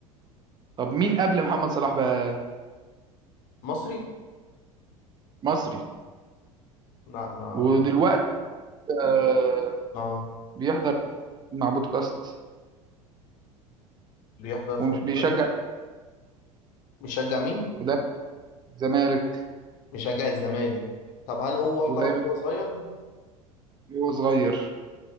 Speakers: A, on the right; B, on the left.
A: طب مين قبل محمد صلاح بقى
B: مصري
A: مصري
B: لا ما
A: ودلوقتي آه
B: أه
A: بيحضر مع بودكاست
B: بيحضر في
A: وبيشجع
B: بودكاست بيشجع مين؟
A: وده الزمالك
B: مشجع الزمالك طب هل هو احترف
A: ودايما
B: وهو صغير؟
A: هو صغير